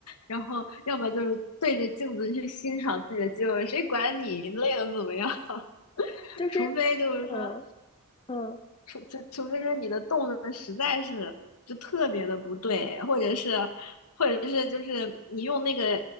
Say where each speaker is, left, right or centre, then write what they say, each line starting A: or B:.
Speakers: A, on the left (about 80°); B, on the left (about 25°).
A: 然后要么就是对着镜子去欣赏自己的肌肉，谁管你累的怎么样？<laughs>
B: 就是，
A: 除非就是说
B: 嗯嗯，
A: 除除除非说你的动作实在是就特别的不对，或者是，或者是就是你用那个